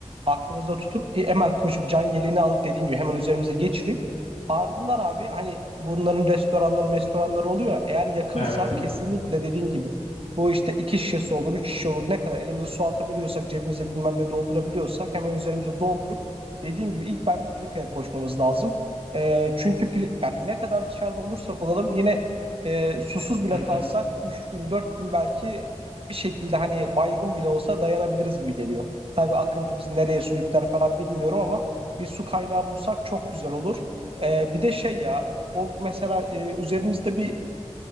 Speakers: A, on the right; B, on the left.
A: aklımızda tutup e, hemen koşup can yeleğini alıp dediğin gibi hemen üzerimize geçirip ardından abi hani bunların restoranları restoranları oluyor. ya, Eğer yakınsa
B: Evet.
A: kesinlikle dediğin gibi bu işte iki şişesi olur, üç şişe olur. Ne kadar elimize su atabiliyorsak, cebimize bilmem ne doldurabiliyorsak hemen üzerimize doldurup dediğim gibi ilk bence filikaya koşmamız lazım. Ee, çünkü fili- yani ne kadar dışarıda olursak olalım yine e, susuz
B: Hı
A: bile
B: hı.
A: kalsak 3 gün 4 gün belki bir şekilde hani baygın bile olsa dayanabiliriz gibi geliyor. Tabii akıntı bizi nereye sürükler falan bilmiyorum ama bir su kaynağı bulsak çok güzel olur. Ee, bir de şey ya o mesela e, üzerimizde bir